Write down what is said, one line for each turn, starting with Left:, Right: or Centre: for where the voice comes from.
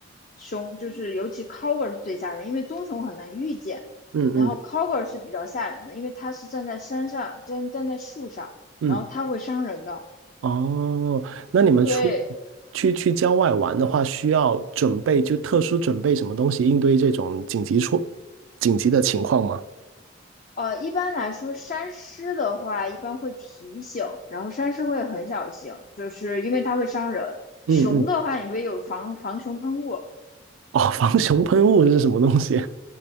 Left: 凶，就是尤其 cougar 是最吓人，因为棕熊很难遇见，
Right: 嗯嗯
Left: 然后 cougar 是比较吓人的，因为它是站在山上，站站在树上，
Right: 嗯，
Left: 然后它会伤人的。
Right: 哦，那你们出
Left: 对，
Right: 去去郊外玩的话，需要准备就特殊准备什么东西应对这种紧急出紧急的情况吗？
Left: 呃，一般来说，山狮的话一般会提醒，然后山狮会很小心，就是因为它会伤人。
Right: 嗯嗯，
Left: 熊的话，你会有防防熊喷雾，
Right: 哦，防熊喷雾是什么东西？